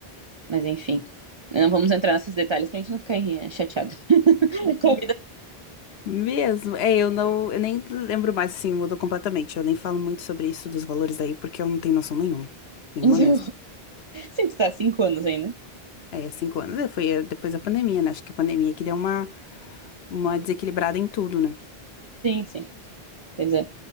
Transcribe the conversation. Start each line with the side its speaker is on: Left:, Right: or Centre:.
Right: Mas enfim, não vamos entrar nesses detalhes pra gente não ficar eh, chateada. <laughs> Tua vida,
Left: Mesmo, é, eu não, eu nem lembro mais, assim, mudou completamente. Eu nem falo muito sobre isso dos valores aí, porque eu não tenho noção nenhuma, nenhuma
Right: não sei,
Left: mesmo.
Right: <laughs> sim, tu tá há cinco anos aí, né?
Left: É, cinco anos. É, Foi eh, depois da pandemia, né? Acho que a pandemia que deu uma, uma desequilibrada em tudo, né?
Right: Sim, sim, pois é.